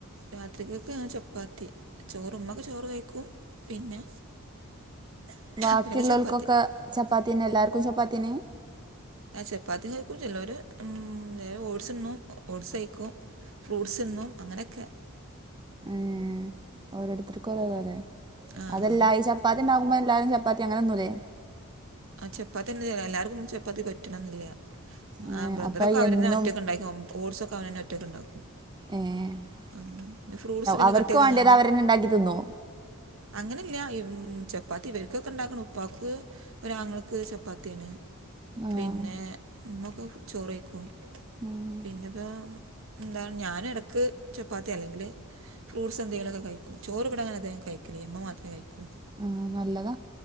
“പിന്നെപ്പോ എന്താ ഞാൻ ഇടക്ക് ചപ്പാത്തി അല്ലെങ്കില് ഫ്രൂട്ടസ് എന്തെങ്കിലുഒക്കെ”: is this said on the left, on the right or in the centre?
Right